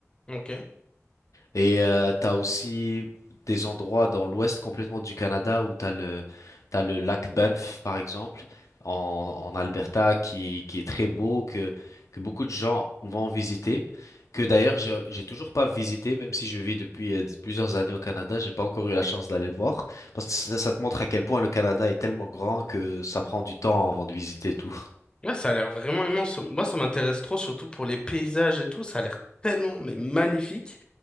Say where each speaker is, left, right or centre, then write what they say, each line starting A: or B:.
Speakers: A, on the left (about 20°); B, on the left (about 85°).
A: Ok.
B: Et euh, t'as aussi des endroits dans l'ouest complètement du Canada où t'as le t'as le lac Banff par exemple en, en Alberta qui qui est très beau que que beaucoup de gens vont visiter que d'ailleurs j'ai j'ai toujours pas visité même si je vis depuis euh, plusieurs années au Canada j'ai pas encore eu la chance d'aller le voir parce que ça, ça te montre à quel point le Canada est tellement grand que ça prend du temps avant de visiter tout.
A: Ouais, ça a l'air vraiment immense. Moi, ça m'intéresse trop, surtout pour les paysages et tout. Ça a l'air tellement, mais magnifique.